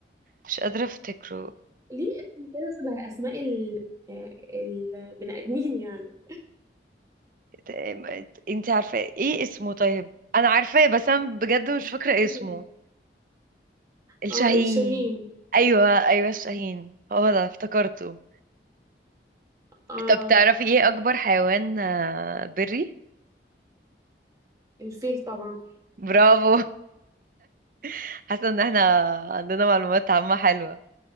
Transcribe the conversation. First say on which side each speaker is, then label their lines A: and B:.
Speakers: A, on the right (about 50°); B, on the right (about 20°).
A: مش قادرة افتكره
B: ليه اسم كده شبه أسماء ال آه، البني آدمين يعني
A: آه، انت عارفة ايه اسمه طيب انا عارفاه بس انا بجد مش
B: اسمه
A: فاكرة
B: شاهين.
A: اسمه الشاهين
B: اه الشاهين
A: ايوه ايوه الشاهين هو ده افتكرته
B: اه
A: طب تعرفي ايه اكبر حيوان آه، بري
B: الفيل طبعا
A: برافو <laughs> حاسة ان احنا عندنا معلومات عامة حلوة